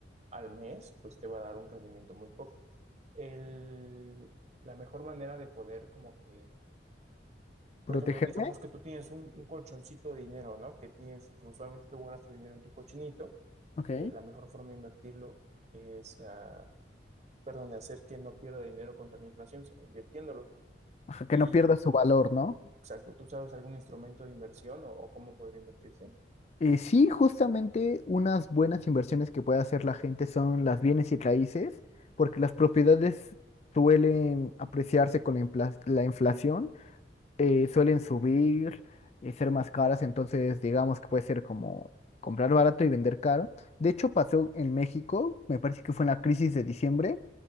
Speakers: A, on the right (about 40°); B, on the left (about 35°).
A: al mes, pues te va a dar un rendimiento muy poco. El, la mejor manera de poder como que
B: protegerme,
A: por ejemplo, digamos que tú tienes un, un colchoncito de dinero, ¿no? Que tienes, que usualmente tú guardas tu dinero en tu cochinito.
B: ok,
A: Eh, la mejor forma de invertirlo es, ah, perdón, de hacer que no pierda dinero contra la inflación, sería invirtiéndolo.
B: ajá,
A: Y,
B: que no pierda su valor, ¿no?
A: exacto, ¿tú sabes algún instrumento de inversión o, o cómo podría invertirse?
B: Eh, sí, justamente unas buenas inversiones que puede hacer la gente son las bienes y raíces, porque las propiedades suelen apreciarse con la infla- la inflación, eh, suelen subir, eh, ser más caras, entonces digamos que puede ser como comprar barato y vender caro. De hecho, pasó en México, me parece que fue en la crisis de diciembre,